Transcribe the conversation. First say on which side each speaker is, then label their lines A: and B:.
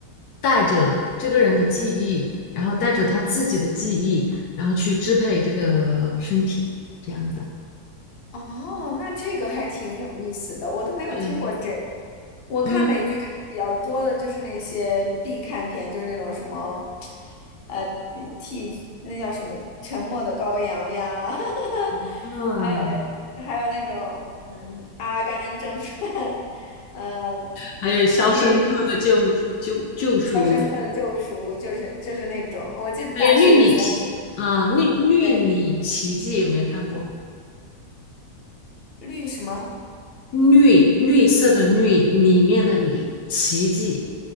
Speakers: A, on the left; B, on the left.
A: 带着这个人的记忆。然后带着他自己的记忆，然后去支配这个身体，这样子。
B: 哦，那这个还挺有意思的，我都没有听过这个。
A: 对，
B: 我看美剧看的比较多的就是那些必看片，
A: 嗯，
B: 就是那种什么，呃，那替那叫什么《沉默的羔羊》呀，<laughs>
A: 啊
B: 还有还有那种嗯《阿甘正传》，嗯、
A: 还有《肖申克的救救救赎》，
B: 越狱》《肖申克的救赎》，就是就是那种。我记得大学的时候，
A: 还有《绿里奇》啊，《绿绿里奇迹》有没有看过？
B: 对，绿什么
A: 绿绿色的绿里面的里奇迹，